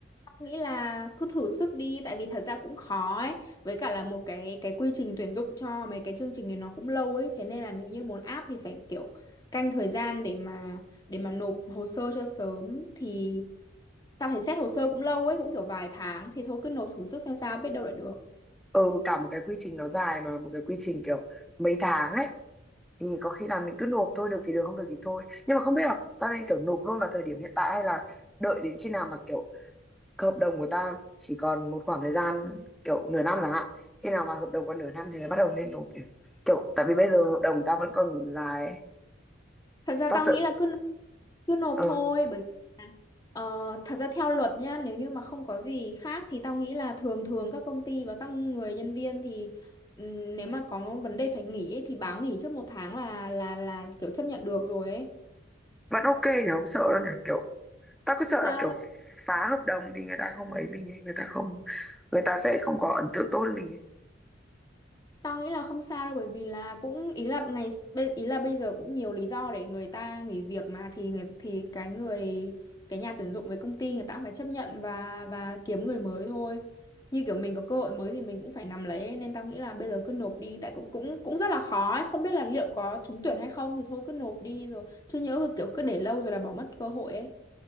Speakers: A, on the left; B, in the centre.
A: em nghĩ là cứ thử sức đi tại vì thật ra cũng khó ấy với cả là một cái cái quy trình tuyển dụng cho mấy cái chương trình này nó cũng lâu ấy thế nên là nếu như muốn áp thì phải kiểu canh thời gian để mà để mà nộp hồ sơ cho sớm thì tao thấy xét hồ sơ cũng lâu ấy cũng kiểu vài tháng thì thôi cứ nộp thử sức xem sao biết đâu lại được
B: ừ cả một cái quy trình nó dài mà một cái quy trình kiểu mấy tháng ấy thì có khi là mình cứ nộp thôi được thì được không được thì thôi nhưng mà không biết là tao nên kiểu nộp luôn vào thời điểm hiện tại hay là đợi đến khi nào mà kiểu cái hợp đồng của tao chỉ còn một khoảng thời gian kiểu nửa năm chẳng hạn khi nào mà hợp đồng còn nửa năm thì mới bắt đầu nên nộp nhỉ? kiểu tại vì bây giờ hợp đồng tao vẫn còn dài ấy.
A: Thật ra
B: tao
A: tao
B: sợ
A: nghĩ là cứ cứ nộp
B: Ờ,
A: thôi bởi vì là, ờ, thật ra theo luật nhá nếu như mà không có gì khác thì tao nghĩ là thường thường các công ty và các người nhân viên thì ừm, nếu mà có vấn đề phải nghỉ ấy, thì báo nghỉ trước một tháng là là là kiểu chấp nhận được rồi ấy
B: vẫn ok thì không sợ đâu nhỉ kiểu tao cứ sợ
A: không sao
B: là kiểu
A: đâu
B: phá hợp đồng thì người ta không ấy mình ấy người ta không người ta sẽ không có ấn tượng tốt với mình ấy
A: Tao nghĩ là không sao đâu bởi vì là cũng ý là ngày bây- ý là bây giờ cũng nhiều lý do để người ta nghỉ việc mà thì người thì cái người cái nhà tuyển dụng với công ty người ta cũng phải chấp nhận và và kiếm người mới thôi. Như kiểu mình có cơ hội mới thì mình cũng phải nắm lấy ấy, nên tao nghĩ là bây giờ cứ nộp đi tại cũng cũng cũng rất là khó ấy, không biết là liệu có trúng tuyển hay không thì thôi cứ nộp đi rồi chứ nhỡ kiểu cứ để lâu rồi là bỏ mất cơ hội ấy.